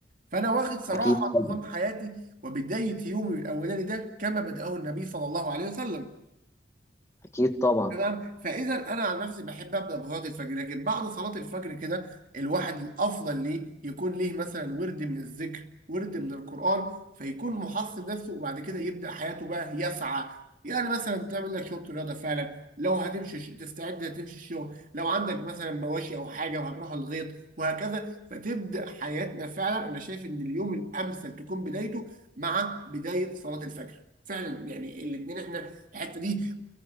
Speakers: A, on the right; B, on the left.
A: فانا واخد صراحه
B: اكيد طبعا
A: نظام حياتي وبدايه يومي الاولاني ده كما بداه النبي صلى الله عليه وسلم
B: اكيد طبعا
A: تمام فاذا انا عن نفسي بحب ابدا بصلاه الفجر لكن بعد صلاه الفجر كده الواحد الافضل ليه يكون ليه مثلا ورد من الذكر ورد من القران فيكون محصن نفسه وبعد كده يبدا حياته بقى يسعى يعني مثلا تعمل لك شويه رياضه فعلا لو هتمشي ش- تستعد تمشي الشغل لو عندك مثلا مواشي او حاجه وهتروح الغيط وهكذا فتبدا حياتنا فعلا انا شايف ان اليوم الامثل تكون بدايته مع بدايه صلاه الفجر فعلا يعني الاثنين احنا الحته دي